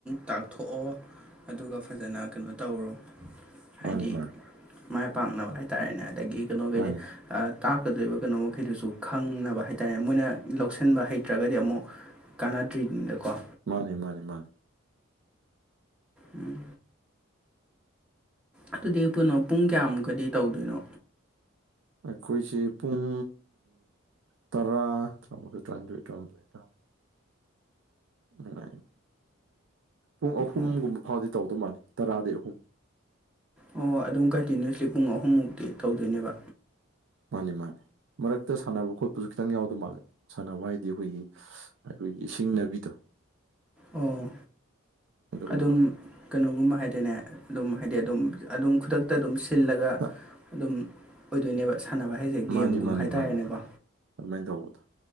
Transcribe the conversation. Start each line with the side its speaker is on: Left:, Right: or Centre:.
Centre: ꯇꯥꯛꯊꯣꯛ ꯑꯣ ꯑꯗꯨꯒ ꯐꯖꯅ ꯀꯩꯅꯣ ꯇꯧꯔꯣ ꯍꯥꯏꯗꯤ
Right: ꯃꯥꯅꯤ ꯃꯥꯅꯤ
Centre: ꯃꯥꯏ ꯄꯥꯛꯅꯕ ꯍꯥꯏꯇꯥꯔꯦꯅꯦ ꯑꯗꯒꯤ ꯀꯩꯅꯣꯈꯩꯗꯤ
Right: ꯃꯥꯅꯤ
Centre: ꯑꯥ ꯇꯥꯛꯀꯗꯧꯔꯤꯕ ꯀꯩꯅꯣ ꯃꯈꯩꯗꯨꯁꯨ ꯈꯪꯅꯕ ꯍꯥꯏꯇꯥꯔꯦ ꯃꯣꯏꯅ ꯂꯧꯁꯤꯟꯕ ꯍꯩꯇ꯭ꯔꯒꯗꯤ ꯑꯃꯨꯛ ꯀꯥꯟꯅꯗ꯭ꯔꯤꯅꯤꯅꯀꯣ
Right: ꯃꯥꯅꯦ ꯃꯥꯅꯦ ꯃꯥꯅꯦ
Centre: ꯎꯝ ꯑꯗꯨꯗꯤ ꯑꯩ ꯀꯣꯏꯅꯣ ꯄꯨꯡ ꯀꯌꯥꯃꯨꯛꯀꯗꯤ ꯇꯧꯗꯣꯏꯅꯣ
Right: ꯑꯩꯈꯣꯏꯁꯦ ꯄꯨꯡ ꯇꯔꯥ ꯇꯔꯥꯃꯊꯣꯏ ꯇꯔꯥꯅꯤꯊꯣꯏ ꯇꯔꯥꯍꯨꯝꯗꯣꯏ ꯇꯔꯃ ꯎ ꯄꯨꯡ ꯑꯍꯨꯝꯒꯨꯝꯕ
Centre: ꯑꯣ
Right: ꯐꯥꯎꯗꯤ ꯇꯧꯗꯧ ꯃꯥꯜꯂꯦ ꯇꯔꯥꯗꯒꯤ ꯑꯍꯨꯝ
Centre: ꯑꯣ ꯑꯗꯨꯝ ꯀꯟꯇꯤꯅ꯭ꯌꯨꯁꯂꯤ ꯄꯨꯡ ꯑꯍꯨꯝꯃꯨꯛꯇꯤ ꯇꯧꯗꯣꯏꯅꯦꯕ
Right: ꯃꯥꯅꯤ ꯃꯥꯅꯤ ꯃꯔꯛꯇ ꯁꯥꯟꯅꯕ ꯈꯣꯠꯄꯁꯨ ꯈꯤꯇꯪ ꯌꯥꯎꯗ ꯃꯥꯂꯦ ꯁꯥꯟꯅꯕ ꯍꯥꯏꯗꯤ ꯑꯩꯈꯣꯏꯒꯤ ꯑꯩꯈꯣꯏꯒꯤ ꯁꯤꯡꯅꯕꯤꯗꯣ
Centre: ꯑꯣ
Right: ꯑꯗꯨꯒꯨꯝꯕ
Centre: ꯑꯗꯨꯝ ꯀꯩꯅꯣꯒꯨꯝꯕ ꯍꯥꯏꯗꯅꯦ ꯑꯗꯨꯝ ꯍꯥꯏꯗꯤ ꯑꯗꯨꯝ ꯑꯗꯨꯝ ꯈꯨꯗꯛꯇ ꯑꯗꯨꯝ ꯁ ꯁꯤꯜꯂꯒ
Right: ꯑ
Centre: ꯑꯗꯨꯝ ꯑꯣꯏꯗꯣꯏꯅꯦꯕ ꯁꯥꯟꯅꯕ ꯍꯥꯏꯁꯦ ꯒꯦꯝꯒꯨꯝꯕ
Right: ꯃꯥꯅꯦ ꯃꯥꯅꯦ
Centre: ꯍꯥꯏꯇꯥꯔꯦꯅꯦꯀꯣ
Right: ꯃꯥꯅꯦ ꯑꯗꯨꯃꯥꯏꯅ ꯑꯗꯨꯃꯥꯏꯅ ꯇꯧꯕꯗꯣ